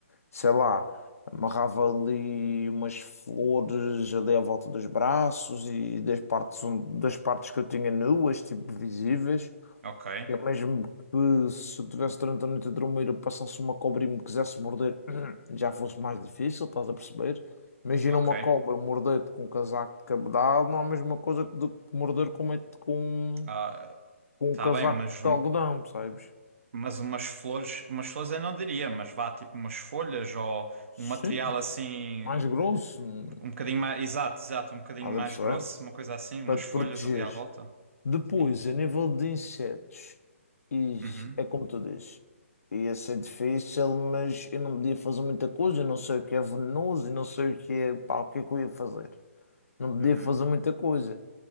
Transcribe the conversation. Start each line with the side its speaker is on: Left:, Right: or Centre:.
Left: sei lá, amarrava ali umas flores ali à volta dos braços e das partes, das partes que eu tinha nuas, tipo visíveis.
Right: ok,
Left: É mesmo que se eu tivesse durante a noite a dormir, eu passasse uma cobra e me quisesse morder, <clears throat> já fosse mais difícil, estás a perceber? Imagina
Right: ok.
Left: uma cobra morder-te com um casaco de cabedal, não é a mesma coisa que do que morder com, uma- com,
Right: Ah,
Left: com
Right: tá
Left: um casaco
Right: bem, mas
Left: de algodão, percebes?
Right: Mas umas flores, umas flores eu não diria, mas vá tipo umas folhas ou
Left: Sim.
Right: um material assim,
Left: Mais grosso, hum,
Right: um bocadinho mais, exato, exato, um bocadinho
Left: estás
Right: mais
Left: a perceber?
Right: grosso, uma coisa assim, umas
Left: Para
Right: folhas
Left: te proteger.
Right: ali à volta.
Left: Depois,
Right: Sim.
Left: a nível de insetos, e
Right: Uhum,
Left: é como tu dizes. Ia ser difícil, mas eu não podia fazer muita coisa. Eu não sei o que é venenoso, eu não sei o que é. Pá, o que é que eu ia fazer? Não podia
Right: uhum.
Left: fazer muita coisa.